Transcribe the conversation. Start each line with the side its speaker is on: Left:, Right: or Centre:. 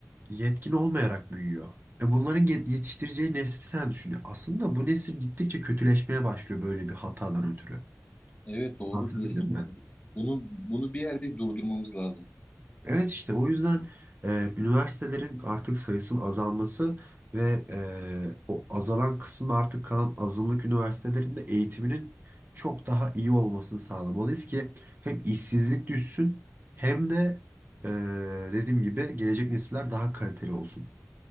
Right: yetkin olmayarak büyüyor. E, bunların ge- yetiştireceği nesli sen düşünüyor. Aslında bu nesil gittikçe kötüleşmeye başlıyor böyle bir hatadan ötürü.
Left: Evet, doğru
Right: Anlatabildim
Left: diyorsun.
Right: mi?
Left: Bunu bunu bir yerde durdurmamız lazım.
Right: Evet işte o yüzden e, üniversitelerin artık sayısının azalması ve e, o azalan kısmı artık kalan azınlık üniversitelerinde eğitiminin çok daha iyi olmasını sağlamalıyız ki hem işsizlik düşsün hem de e, dediğim gibi gelecek nesiller daha kaliteli olsun.